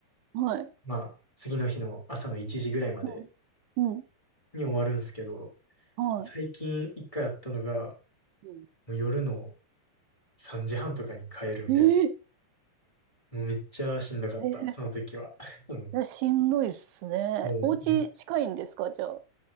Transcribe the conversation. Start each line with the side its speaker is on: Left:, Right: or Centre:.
Right: はい。
Left: まあ、次の日の朝の1時ぐらいまで
Right: うん。うん。
Left: に終わるんですけど、
Right: は
Left: 最近一回あったのが、
Right: い。うん
Left: もう夜の3時半とかに帰るみたいな。
Right: ええ
Left: もうめっちゃしんどかった、
Right: ええ
Left: その時は。<laughs> うん。
Right: いや、しんどいっすね。
Left: そう。
Right: お家近いんですかじゃあ。
Left: め